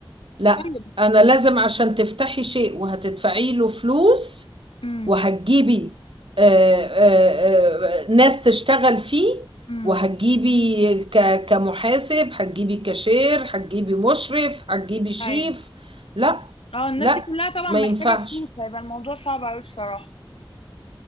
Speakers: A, on the right; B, on the left.
A: لا
B: طيب
A: انا لازم عشان تفتحي شيء وهتدفعي له فلوس
B: امم
A: وهتجيبي آه، آه، آه، ناس تشتغل فيه
B: امم
A: وهتجيبي ك- كمحاسب هتجيبي كاشير هتجيبي مشرف هتجيبي شيف
B: ايوه
A: لا
B: اه الناس
A: لا
B: دي كلها طبعا
A: ما
B: محتاجه
A: ينفعش
B: فلوس هيبقى الموضوع صعب قوي بصراحه